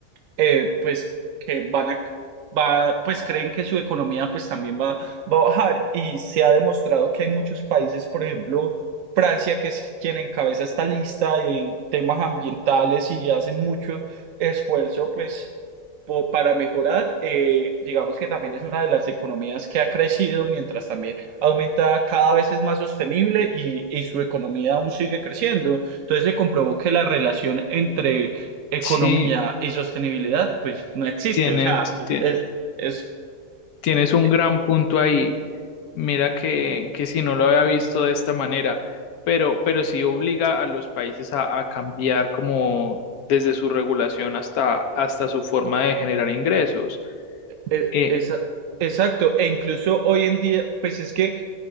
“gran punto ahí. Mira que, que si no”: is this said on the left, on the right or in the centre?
Left